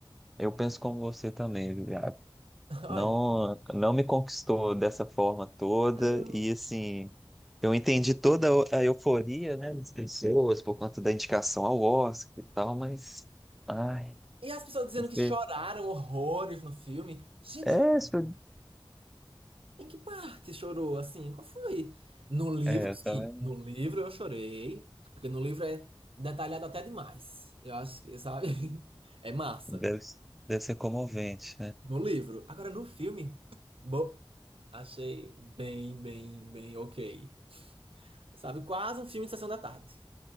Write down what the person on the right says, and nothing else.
<laughs>
Ai.
Não.
E as pessoas dizendo
que choraram horrores no filme. Gente,
em que parte chorou assim? Qual foi? No livro,
sim.
No livro eu chorei, porque no livro é detalhado até demais. Eu acho que, sabe? <laughs> É massa.
No livro. Agora no filme, bom, achei bem, bem, bem ok. Sabe? Quase um filme de sessão da tarde.